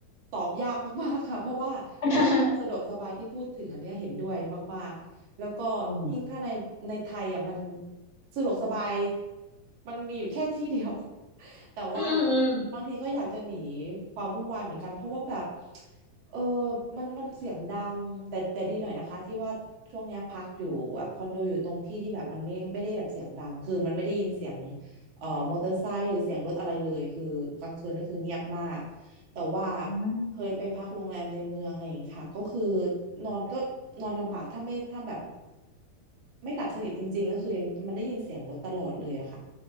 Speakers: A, on the right; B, on the left.
A: ตอบยากมากๆค่ะเพราะว่าไอ้เรื่องความสะดวกสบายที่พูดถึงอันเนี้ยเห็นด้วยมากๆแล้วก็ยิ่งถ้าในในไทยอ่ะมัน
B: <laughs> อืม
A: สะดวกสบายมันมีอยู่แค่ที่เดียว <laughs> แต่ว่า
B: อืมอืม
A: บางทีก็อยากจะหนีความวุ่นวายเหมือนกันเพราะว่าแบบเออมันมันเสียงดังแต่แต่ดีหน่อยนะคะที่ว่าช่วงเนี้ยพักอยู่แบบคอนโดอยู่ตรงที่ที่แบบมันไม่ไม่ได้แบบเสียงดังคือมันไม่ได้ยินเสียง เอ่อมอเตอร์ไซค์หรือเสียงรถอะไรเลยคือกลางคืนก็คือเงียบมากแต่ว่า
B: อืม
A: เคยไปพักโรงแรมในเมืองอะไรอย่างงี้ค่ะก็คือนอนก็นอนลำบากถ้าไม่ถ้าแบบไม่หลับสนิทจริงๆก็คือยังมันได้ยินเสียงรถตลอดเลยอะค่ะ